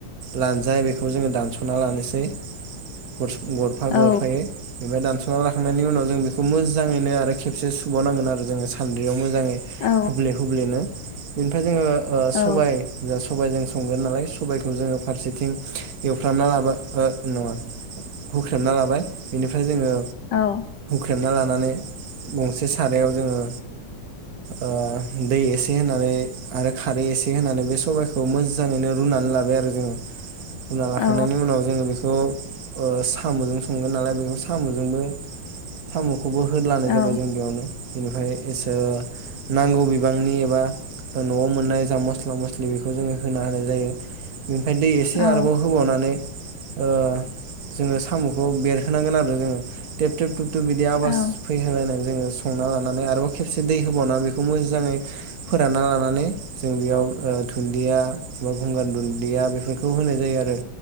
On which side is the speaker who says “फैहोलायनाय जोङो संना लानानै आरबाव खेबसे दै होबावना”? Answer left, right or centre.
Right